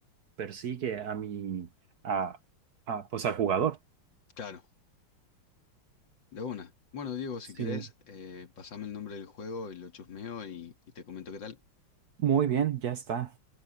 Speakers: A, on the right (about 60°); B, on the left (about 55°).
A: persigue a mi, a, a, pues al jugador.
B: Claro. De una. Bueno, Diego, si
A: Sí,
B: querés, eh, pasame el nombre del juego y lo chusmeo y, y te comento qué tal.
A: muy bien, ya está.